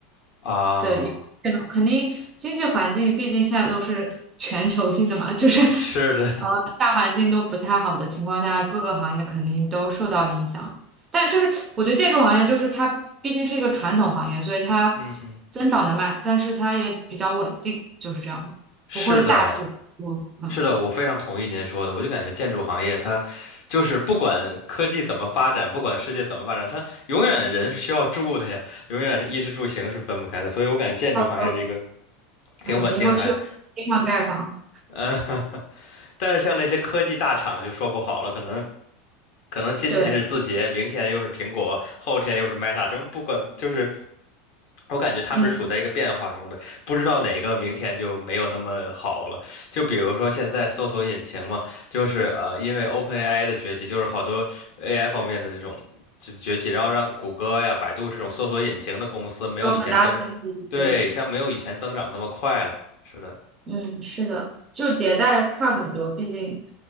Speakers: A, on the left; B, on the right.
A: 啊！
B: 的一个现状，肯定经济环境毕竟现在都是全球性的嘛，就是
A: 是的，
B: 呃大环境都不太好的情况下，各个行业肯定都受到影响。但就是我觉得建筑行业就是它毕竟是一个传统行业，所以它
A: <laughs> 嗯嗯，
B: 增长的慢，但是它也比较稳定，就是这样子，
A: 是的，
B: 不会大起大落。嗯，
A: 是的，我非常同意您说的。我就感觉建筑行业它就是不管科技怎么发展，不管世界怎么发展，它永远人是需要住的呀，永远是衣食住行是分不开的。所以我感觉建筑行业是一个
B: 到时候嗯以后去地上盖房，
A: 挺稳定的行业。<laughs> 嗯但是像那些科技大厂就说不好了，可能可能今天是字节，
B: 对，
A: 明天又是苹果，后天又是 Meta，什么不管就是。我感觉他们是处在一个变化中的，
B: 嗯，
A: 不知道哪个明天就没有那么好了。就比如说现在搜索引擎嘛，就是呃，因为 OpenAI 的崛起，就是好多 AI 方面的这种就崛起，然后让谷歌呀、百度这种搜索引擎的公司没有以前增，
B: 有很大冲击，
A: 对，
B: 对。
A: 像没有以前增长这么快了。是的，
B: 嗯，是的，就迭代快很多，毕竟